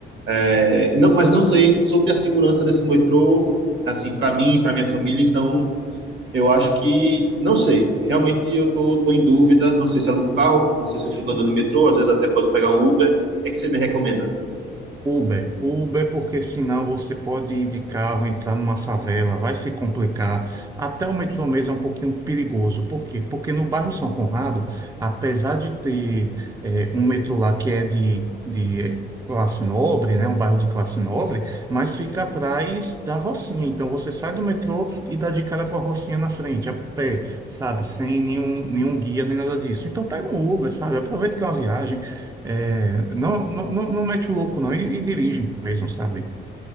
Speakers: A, on the right (about 65°); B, on the right (about 15°).
A: É, não, mas não sei sobre a segurança desse metrô, assim, para mim, para minha família, então eu acho que não sei. Realmente eu tô, tô em dúvida, não sei se alugo carro, não sei se eu fico andando de metrô, às vezes até pode pegar um Uber. O que é que você me recomenda?
B: Uber, Uber, porque senão você pode ir de carro, entrar numa favela, vai se complicar. Até o metrô mesmo é um pouquinho perigoso. Por quê? Porque no bairro São Conrado, apesar de ter eh, um metrô lá que é de, de classe nobre, né, um bairro de classe nobre, mas fica atrás da Rocinha. Então você sai do metrô e dá de cara com a Rocinha na frente, a pé, sabe? Sem nenhum, nenhum guia, nem nada disso. Então pega um Uber, sabe? Aproveita que é uma viagem. É, não, não, não não mete o louco, não, e, e dirige mesmo, sabe?